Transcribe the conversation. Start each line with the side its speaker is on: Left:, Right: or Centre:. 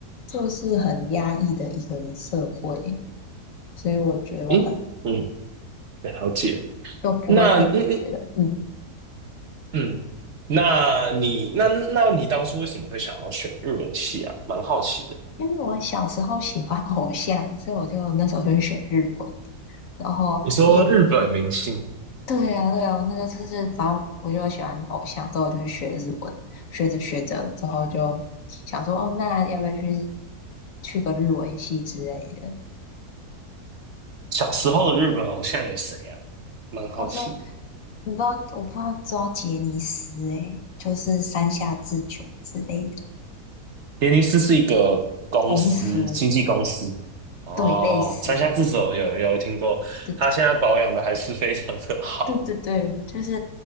Left: 就是很压抑的一个社会，所以我觉得我可能
Right: 嗯嗯，了解。
Left: 就不会特别觉得，
Right: 那嗯嗯
Left: 嗯，
Right: 嗯，那你那那你当初为什么会想要选日文系啊？蛮好奇的。
Left: 因为我小时候喜欢偶像，所以我就那时候就选日文。然后念
Right: 你说日本明星，
Left: 对呀，对呀，我那个就是反正我就喜欢偶像，之后我就去学日文，学着学着之后就想说，哦，那要不要去去个日文系之类的？
Right: 小时候的日本偶像有谁啊？蛮好奇的。
Left: 到时候我不知道，我不知道知道杰尼斯诶，就是山下智久之类的
Right: 杰尼斯是一个公司，
Left: 公司，
Right: 经纪公司。哦，
Left: 对，类似，
Right: 山下智久有有听过，
Left: 对
Right: 他现在保养的还是非常的好。
Left: 对对对，就是